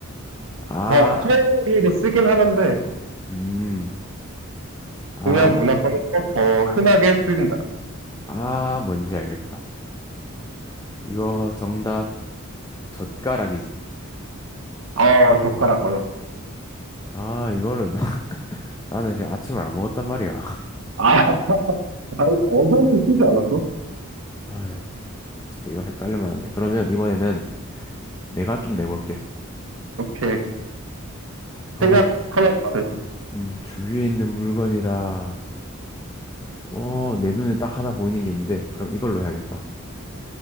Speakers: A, on the left (about 15°); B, on the right (about 70°).
A: 아,
B: 더, 서양에도 쓰긴 하는데,
A: 음, 아,
B: 동양 문화권에서 더 흔하게 쓰인다.
A: 아, 뭔지 알겠다. 이거 정답 젓가락이지.
B: 아, 젓가락 맞았어.
A: 아, 이거를 <laughs> 나는 지금 아침을 안 먹었단 말이야. <laughs>
B: 아, 아니, 어제는 쓰지 않았어?
A: 아, 이거 헷갈리면 안 돼. 그러면 이번에는 내가 좀 내볼게.
B: 오케이.
A: 아,
B: 생각 하나만 말해줘.
A: 음, 주위에 있는 물건이라, 어, 내 눈에 딱 하나 보이는 게 있는데, 그럼 이걸로 해야겠다.